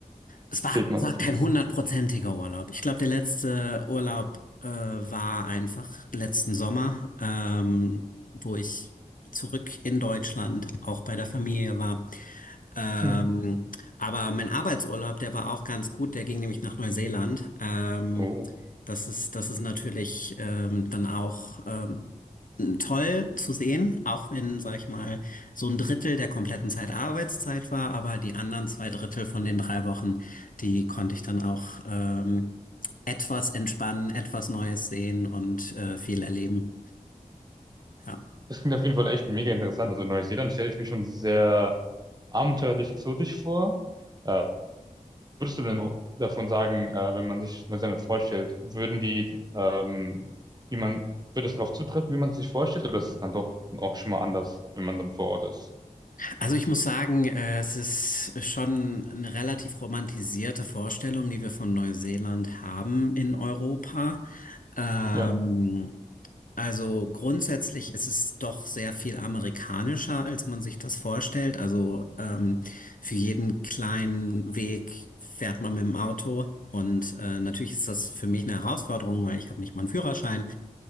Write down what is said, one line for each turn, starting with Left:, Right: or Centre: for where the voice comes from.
Left: Es war,
Right: Sieht man
Left: es war
Right: das
Left: kein
Right: nicht?
Left: hundertprozentiger Urlaub. Ich glaube, der letzte Urlaub äh, war einfach letzten Sommer, ähm, wo ich zurück in Deutschland auch bei der Familie war. Ähm,
Right: Mhm.
Left: aber mein Arbeitsurlaub, der war auch ganz gut. Der ging nämlich nach Neuseeland. Ähm,
Right: Oh.
Left: das ist, das ist natürlich ähm, dann auch ähm, toll zu sehen, auch wenn, sag ich mal, so ein Drittel der kompletten Zeit Arbeitszeit war, aber die anderen zwei Drittel von den drei Wochen, die konnte ich dann auch ähm, etwas entspannen, etwas Neues sehen und äh, viel erleben. Ja.
Right: Das klingt auf jeden Fall echt mega interessant. Also Neuseeland stelle ich mir schon sehr abenteuerlich exotisch vor. Äh, würdest du denn davon sagen, äh, wenn man sich Neuseeland vorstellt, würden die, ähm, wie man, würde es darauf zutreffen, wie man es sich vorstellt, oder ist es dann doch auch schon mal anders, wenn man dann vor Ort ist?
Left: Also ich muss sagen, äh, es ist schon eine relativ romantisierte Vorstellung, die wir von Neuseeland haben in Europa. Ähm,
Right: Ja.
Left: Also grundsätzlich ist es doch sehr viel amerikanischer, als man sich das vorstellt. Also ähm, für jeden kleinen Weg fährt man mit dem Auto. Und äh, natürlich ist das für mich eine Herausforderung, weil ich habe nicht mal einen Führerschein.